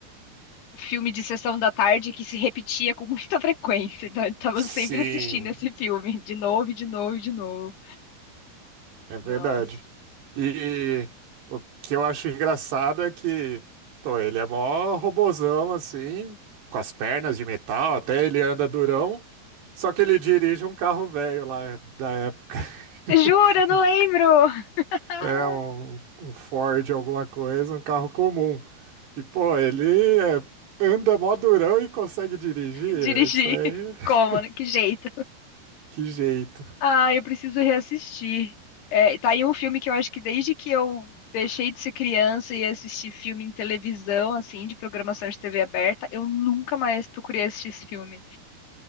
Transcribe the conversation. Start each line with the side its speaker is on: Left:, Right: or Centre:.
Left: um filme de sessão da tarde que se repetia com muita <laughs> frequência, então eu tava
Right: Sim,
Left: sempre assistindo esse filme, de novo, e de novo, e de novo.
Right: é verdade.
Left: Nossa.
Right: E o que eu acho engraçado é que, pô, ele é mó robozão, assim, com as pernas de metal, até ele anda durão, só que ele dirige um carro velho lá da época. <laughs>
Left: Juro, eu não lembro. Ah,
Right: Um É um, um Ford, alguma coisa, um carro comum. E, pô, ele é, anda mó durão e consegue dirigir.
Left: dirigi.
Right: É isso aí.
Left: Como?
Right: <laughs>
Left: né? Que jeito?
Right: Que jeito.
Left: Ah, eu preciso reassistir. É, tá aí um filme que eu acho que desde que eu deixei de ser criança e assisti filme em televisão, assim, de programação de TV aberta, eu nunca mais procurei assistir esse filme.